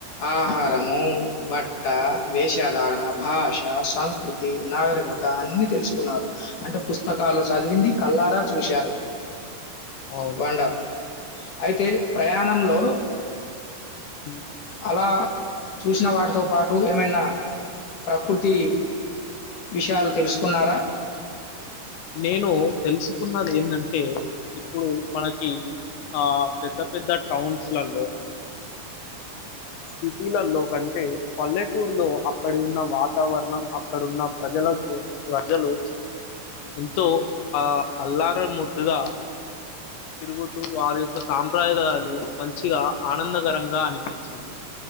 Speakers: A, on the left (about 55°); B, on the left (about 75°).
A: ఆహారము బట్ట వేషధారణ భాష సంస్కృతి నాగరిక కాదా అన్ని తెలుసుకున్నారు అంటే పుస్తకాలు చదివింది కళ్ళారా చూశారు
B: అవును.
A: వండర్ అయితే ప్రయాణంలో
B: ఉ
A: అలా చూసిన వాటితో పాటు ఏమైనా ప్రకృతి విషయాలు తెలుసుకున్నారా
B: నేను తెలుసుకున్నది ఏంటంటే ఇప్పుడు మనకి ఆ పెద్ద పెద్ద టౌన్సులల్లో
A: ఉ ఉ ఉ
B: సిటీలలో కంటే పల్లెటూరులో అక్కడ ఉన్న వాతావరణం అక్కడున్న ప్రజల ప్రజలు ఎంతో ఆ అల్లార ముద్దుగా తిరుగుతూ వారి యొక్క సాంప్రదాయాలు మంచిగా ఆనందకరంగా అనిపించింది